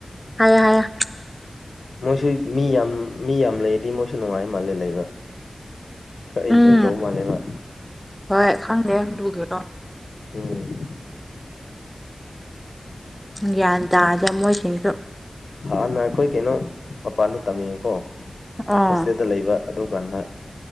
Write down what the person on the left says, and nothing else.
ꯃꯣꯏꯁꯨ ꯃꯤ ꯌꯥꯝ ꯃꯤ ꯌꯥꯝ ꯂꯩꯗꯤ ꯃꯣꯏꯁꯨ ꯅꯨꯡꯉꯥꯏ ꯃꯥꯜꯂꯦ ꯂꯩꯕ ꯈꯔ ꯏꯟꯖꯣꯏ
ꯇꯧꯕ ꯃꯥꯜꯂꯦꯕ
ꯎꯝ
ꯍꯥꯟꯅ ꯑꯩꯈꯣꯏ ꯀꯩꯅꯣ ꯃꯄꯥꯟꯗ ꯇꯝꯅꯤꯡꯉꯦꯀꯣ
ꯍꯣꯁꯇꯦꯜꯗ ꯂꯩꯕ ꯑꯗꯨꯀꯥꯟꯗ